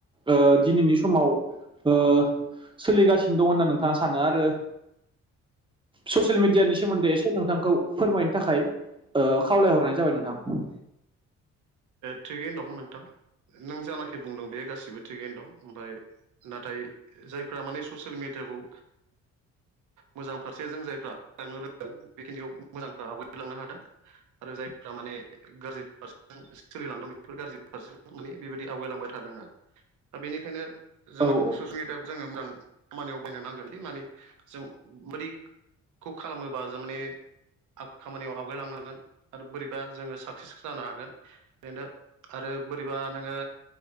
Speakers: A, on the right (about 15°); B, on the right (about 75°).
A: ओ दिनैनि समाव ओ सोलिगासिनो दं होनना नोंथाङा सानो आरो ससियेल मिडियानि सोमोन्दै एसे नोंथांखौ फोरमायनो थाखाय ओ खावलायहरनाय जाबाय नोंथां
B: थिगैनो दं नोंथां नों जानाखि बुंदों बे गासिबो थिगैनो दं ओमफ्राय नाथाय जायफ्रा माने ससियेल मेडियाखौ मोजां फारसे जों जायफ्रा आवगालांनो रोंदों बेखिनियाव मोजांफ्रा आवगायबोलांनो हादों आरो जायफोरा माने गाज्रि फारसे सोलिलांदों बि गाज्रि फारसे माने बेबायदि बिदि आवगायलांबाय थादों आरो दा बेनिखायनो जोङो
A: औ
B: ससियेल मिडियाखौ जोङो मोजां खामानियाव बायनो नांगोनदि माने जों बोरै खौ खालामोबा जों माने खामानियाव आवगायलांनो हागोन आरो बोरैबा जोङो साक्सेस जानो हागोन ओरैनो आरो बोरैबा नोङो